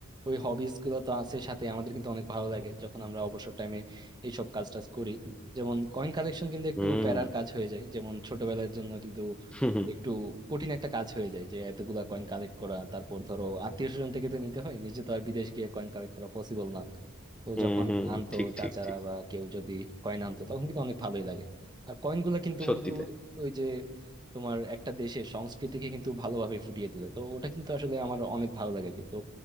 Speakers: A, on the right (about 20°); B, in the centre.
A: ওই হবিস গুলো তো আছে সাথে আমাদের কিন্তু অনেক ভালো লাগে যখন আমরা অবসর টাইমে এইসব কাজ টাজ করি যেমন কয়েন কালেকশন কিন্তু একটু
B: হুম
A: প্যারার কাজ হয়ে যায় যেমন ছোটবেলার জন্য কিন্তু
B: হুম
A: মানে
B: হুম
A: একটু কঠিন একটা কাজ হয়ে যায় যে এতগুলা কয়েন কালেক্ট করা তারপর ধরো আত্মীয় স্বজন থেকে তো নিতে হয় নিজে তো আর বিদেশ গিয়ে কয়েন কালেক্ট করা পসিবল না তো
B: হুম
A: যখন
B: হুম,
A: আনতো
B: ঠিক
A: চাচারা
B: ঠিক ঠিক
A: বা কেউ যদি কয়েন আনতো তখন কিন্তু অনেক ভালোই লাগে আর কয়েনগুলো কিন্তু
B: সত্যি
A: বন্ধু
B: তাই
A: ওই যে তোমার একটা দেশের সংস্কৃতিকে কিন্তু ভালোভাবে ফুটিয়ে তোলে তো ওটা কিন্তু আসলে আমার অনেক ভালো লাগে তো